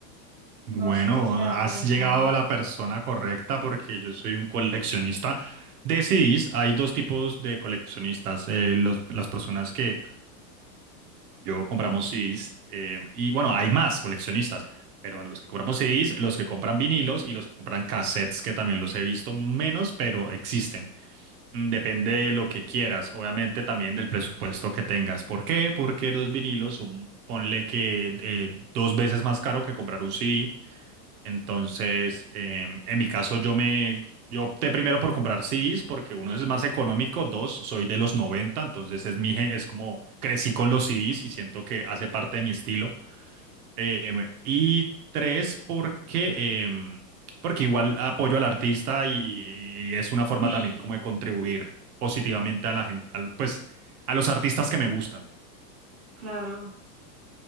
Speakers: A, on the right; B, on the right.
A: bueno,
B: no sé si sea buena
A: has
B: idea.
A: llegado a la persona correcta porque yo soy un coleccionista de CDs. Hay dos tipos de coleccionistas, eh, los- las personas que yo compramos CDs eh, y bueno, hay más coleccionistas. Pero en los que compramos CDs, los que compran vinilos y los que compran cassettes, que también los he visto menos, pero existen. Mm, Depende de lo que quieras, obviamente también del presupuesto que tengas. ¿Por qué? Porque los vinilos son, ponle que eh, dos veces más caro que comprar un CD. Entonces, eh, en mi caso, yo me, yo opté primero por comprar CDs porque uno es más económico, dos, soy de los 90, entonces es mi, gen- es como crecí con los CDs y siento que hace parte de mi estilo. Em, y tres, porque, em, porque igual apoyo al artista y, y es una forma
B: Sí,
A: también como de contribuir positivamente a la gente, al, pues a los artistas que me gustan.
B: claro,